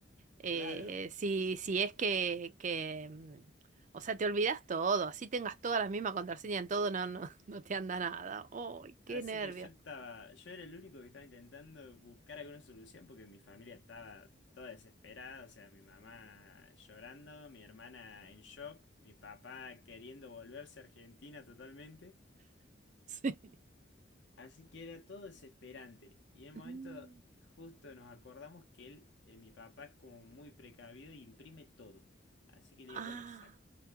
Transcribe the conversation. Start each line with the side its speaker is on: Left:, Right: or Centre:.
Right: Eh,
Left: Claro.
Right: si, si es que, que, mm, o sea, te olvidas todo, así tengas todas las mismas contraseñas en todo, no, no, <laughs> no te anda nada. ¡Ay, qué
Left: Así
Right: nervio!
Left: que yo estaba,
Right: <laughs>
Left: yo era el único que estaba intentando buscar alguna solución porque mi familia estaba toda desesperada, o sea, mi mamá llorando, mi hermana en shock, mi papá queriendo volverse a Argentina totalmente.
Right: Sí.
Left: Así que era todo desesperante. Y en un
Right: Mm.
Left: momento justo nos acordamos que él, eh, mi papá, es como muy precavido y imprime todo. Así que le
Right: Ah,
Left: digo, bueno, saca